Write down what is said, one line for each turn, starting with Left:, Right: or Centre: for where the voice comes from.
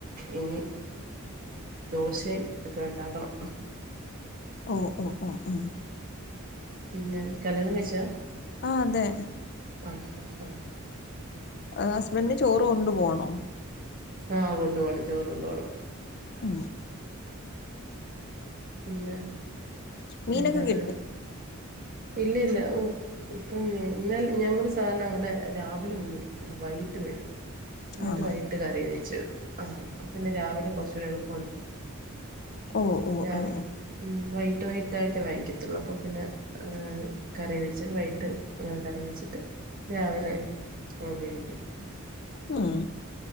Right: ഇനി ദോശയും ഒക്കെ ഉണ്ടാക്കണം
Left: ഓ ഓ ഓ ആ
Right: പിന്നെ കല്യാണം കഴിച്ചാ
Left: ആ അതെ
Right: ആ ഹ ഹാ
Left: ഹസ്ബന്ഡന് ചോറ് കൊണ്ടു പോണം <unintelligible>
Right: ആ കൊണ്ടു പോണം ചോറ് കൊണ്ട പോണം
Left: ഓ
Right: പിന്നെ
Left: മീനൊക്കെ
Right: എന്താണ്
Left: കിട്ടി
Right: ഇല്ല ഇല്ല ഇപ്പം ഇ ഞങ്ങള് സാധാരണ അങ്ങനെ രാവിലെ ഒന്നും മേടിക്കത്തില്ല വൈകിട്ട് മേടിക്ക എന്നിട്ട്
Left: ആണോ
Right: വൈട്ട് കറി വെച്ചകും ആഹ അപ്പൊ പിന്നെ രാവിലെ കുറച്ചൂടി എളുപ്പുണ്ട്
Left: ഓ ഓ
Right: രാവിലെ
Left: ഓ ഓ
Right: ഉ വൈട്ട് വൈട്ട് കതായിട്ടേ വാങ്ങിക്കത്തുള്ളൂ അപ്പൊ പിന്നെ ആ കറി വെച്ച് വൈകിട്ട് കറി വെച്ചിട്ട് രാവിലെ ഉപയോഗിക്കും
Left: ഉം